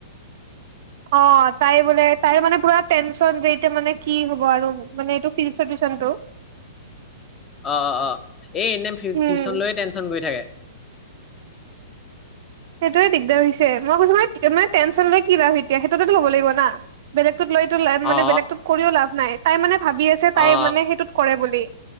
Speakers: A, on the right (about 50°); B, on the left (about 20°).
A: অ', তাই বোলে তাই মানে পুৰা টেনচন যে এতিয়া মানে কি হ'ব আৰু। মানে এইটো ফিজিক্সৰ টিউচনটো
B: অ', অ', অ', এই এনি টাইম
A: উম
B: টিউশচন লৈয়ে টেনশ্যন কৰি থাকে। <inaudible>
A: সেইটোোৱে দিগদাৰ হৈছে মই কৈছো ম মানে টেনশন লৈ কি লা এতিয়া সেইটোতেো ল'ব লাগিব না বেলেগ <inaudible> লৈ লা মানে
B: অ
A: বেলেগত কৰিও লাভ নাই তাই মানে ভাবি আছে তাই
B: অ
A: মানে সেইটোত কৰে বুলি